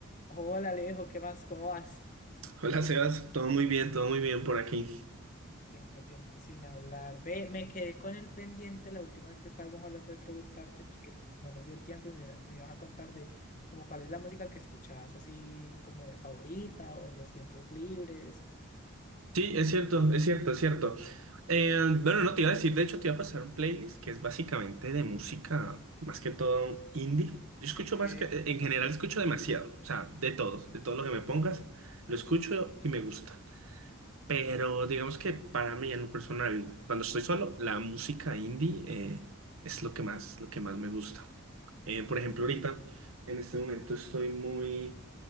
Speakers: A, on the left; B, on the right.
A: Hola Alejo, ¿qué más? ¿Cómo vas?
B: Hola Sebas, todo muy bien, todo muy bien por aquí.
A: Tiempo, tiempo sin hablar. Ve, me quedé con el pendiente la última vez que estábamos hablando de preguntarte, pues que no nos dio el tiempo y me, me ibas a contar de como cuál es la música que escuchabas así como de favorita o en los tiempos libres.
B: Sí, es cierto, es cierto, es cierto. Eh, bueno, no te iba a decir, de hecho te iba a pasar un playlist que es básicamente de música, más que todo indie. Yo escucho
A: Ok.
B: más que, en general escucho demasiado, o sea, de todos, de todo lo que me pongas, lo escucho y me gusta. Pero digamos que para mí en lo personal, cuando estoy solo, la música indie eh, es lo que más, lo que más me gusta. Eh, por
A: Oh,
B: ejemplo, ahorita,
A: no.
B: en este momento estoy muy...